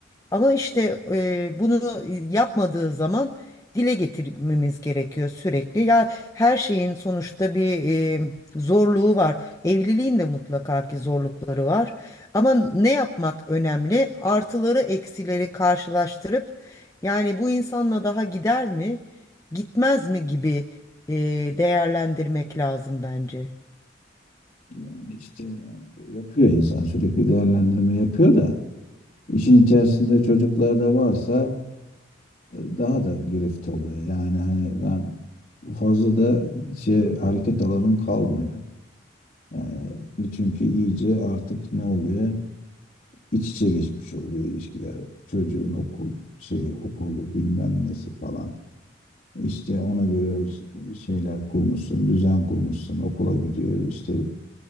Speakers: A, on the left (about 15°); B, on the left (about 50°).
A: Ama işte e, bunu yapmadığı zaman dile getirmemiz gerekiyor sürekli. Ya her şeyin sonuçta bir e, zorluğu var. Evliliğin de mutlaka ki zorlukları var. Ama ne yapmak önemli? Artıları eksileri karşılaştırıp yani bu insanla daha gider mi, gitmez mi gibi e, değerlendirmek lazım bence.
B: Yani işte yani böyle yapıyor insan sürekli değerlendirme yapıyor da işin içerisinde çocuklar da varsa e, daha da girift oluyor. Yani hani ben fazla da şey hareket alanın kalmıyor. Yani çünkü iyice artık ne oluyor? İç içe geçmiş oluyor ilişkiler. Çocuğun okul şeyi okulu bilmem nesi falan. İşte ona göre ş- şeyler kurmuşsun, düzen kurmuşsun, okula gidiyor, işte